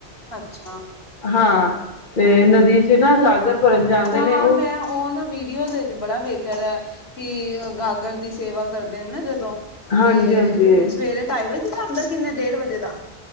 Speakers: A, on the left (about 65°); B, on the left (about 45°).
A: ਅੱਛਾ
B: ਹਾਂ, ਤੇ ਨਦੀ ਚ ਨਾ ਗਾਗਰ ਭਰਨ ਜਾਂਦੇ
A: ਅੱਛਾ!
B: ਨੇ
A: ਹਾਂ
B: ਉਹ
A: ਮੈਂ ਉਹ ਵੀਡੀਓ ਦੇ ਵਿੱਚ ਬੜਾ ਵੇਖਿਆ ਦਾ ਕਿ ਗਾਗਰ ਦੀ ਸੇਵਾ ਕਰਦੇ ਨੇ ਨਾ ਜਦ
B: ਹਾਂਜੀ
A: ਤੇ
B: ਹਾਂਜੀ
A: ਸਵੇਰੇ ਢਾਈ ਵਜੇ ਦਾ ਹੁੰਦਾ? ਕਿੰਨੇ ਡੇਢ ਵਜੇ ਦਾ!